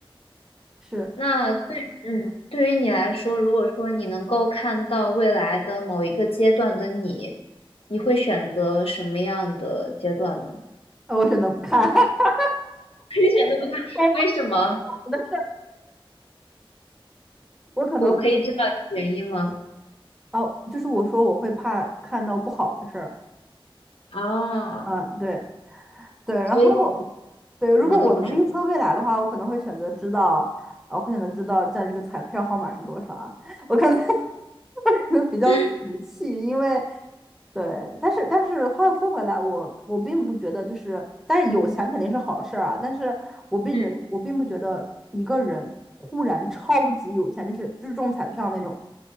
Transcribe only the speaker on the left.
那对，嗯，对于你来说，如果说你能够看到未来的某一个阶段的你，你会选择什么样的阶段呢？
一点都不看，
为什么？
我可以知道原因吗？
啊，
所以你
什么都不知道。
<laughs>
嗯